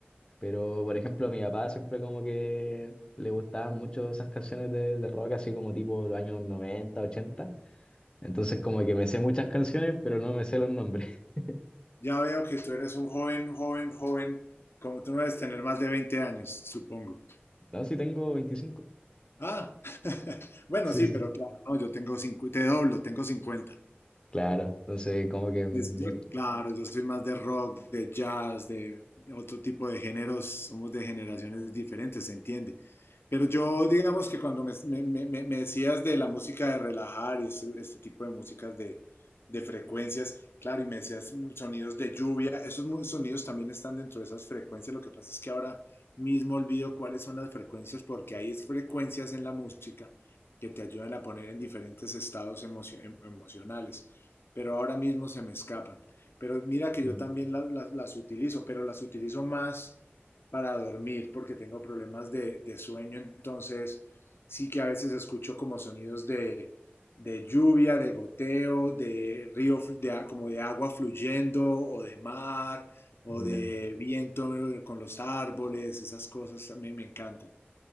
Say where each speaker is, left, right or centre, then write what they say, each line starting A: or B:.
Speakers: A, on the left; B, on the left.
A: pero por ejemplo, a mi papá siempre como que le gustaban mucho esas canciones de, de rock, así como tipo los años 90 ochenta Entonces como que me sé muchas canciones, pero no me sé los nombres. <laughs>
B: Ya veo que tú eres un joven, joven, joven, como tú no debes tener más de 20 años, supongo.
A: No, sí tengo 25.
B: Ah, <laughs> bueno,
A: Sí,
B: sí,
A: sí.
B: pero claro, no, yo tengo cincuenta. te doblo, tengo 50.
A: Claro, entonces como que... mm,
B: Pues yo, claro, yo soy más de rock, de jazz, de, de otro tipo de géneros, somos de generaciones diferentes, se entiende. Pero yo, digamos que cuando me, me- me- me decías de la música de relajar y ese- este tipo de músicas de, de frecuencias, claro, y me decías sonidos de lluvia, esos mu- sonidos también están dentro de esas frecuencias, lo que pasa es que ahora mismo olvido cuáles son las frecuencias, porque hay es- frecuencias en la música que te ayudan a poner en diferentes estados emocio- em- emocionales pero ahora mismo se me escapan. Pero mira que
A: mm,
B: yo también las, las, las utilizo, pero las utilizo más para dormir porque tengo problemas de, de sueño, entonces sí que a veces escucho como sonidos de, de lluvia, de goteo, de río, de, como de agua fluyendo o de mar o
A: ya.
B: de viento eh, con los árboles, esas cosas me, me encantan.